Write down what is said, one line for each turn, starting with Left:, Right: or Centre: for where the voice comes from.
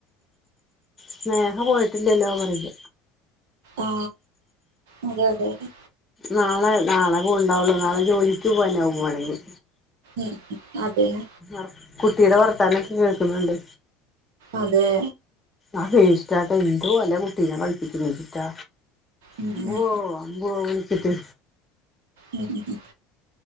Left: സ്നേഹ പോയിട്ടില്ലല്ലോ പറുക
Right: ആ അതെ അതെതെ
Left: നാളെ നാളെ പോ ഉണ്ടാവുള്ളു നാളെ ജോലിക്ക് പോന്നൊവക വേണെങ്കിൽ
Right: ഉം അതെന്ന
Left: ർ കുട്ടിയുടെ വർത്താനൊക്കെ കേൾക്കുന്നുണ്ട്
Right: അതെ
Left: ആ വേസ്റ്റാട്ട് എന്തു പോല കുട്ടീനെ കളിപ്പിക്കുന്ന വച്ചിട്ടാ
Right: ഉം
Left: അമ്പുവോ
Right: ഉം
Left: ബുവോ വുള്ച്ചിട്ട്
Right: ഉം ഉ